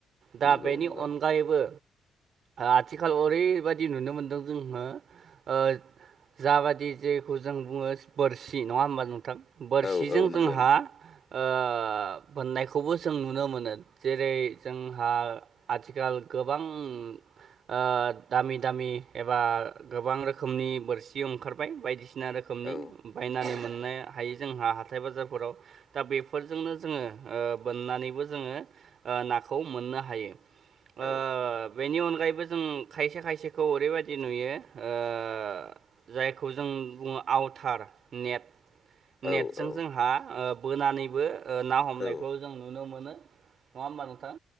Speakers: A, on the right; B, on the left.
A: दा
B: नंगौ
A: बेनि
B: नंगौ
A: अनगायैबो आथिखाल ओरैबायदि नुनो मोनदों जोङो ओ जाबादि जेखौ जों बुङो बोरसि नङा होमबा नोंथां? बोरसिजों
B: औ औ
A: जोंहा
B: नंगौ नोंथां
A: ओ बनायखौबो जों नुनो मोनो जेरै जोंहा आथिखाल गोबां ओ दामि दामि एबा गोबां रोखोम खोमनि बोरसि ओंखारबाय बायदिसिना रोखोमनि
B: औ
A: बायनानै
B: औ
A: मोननाया थायो जोंहा हाथाय बाजारफोराव दा- बेफोरजोंनो जोङो ओ बोननानैबो जोङो नाखौ मोननो हायो
B: औ
A: ओ बेनि अनगायैबो जों खायसे खायसेखौ ओरैबायदि नुयो ओ ओ जायखौ जों बुङो आउथार नेट
B: औ
A: नेटजों
B: औ
A: जोंहा ओ बोनानैबो ना हमनायखौ
B: औ
A: जों नुनो मोनो नङा होनबा नोंथां?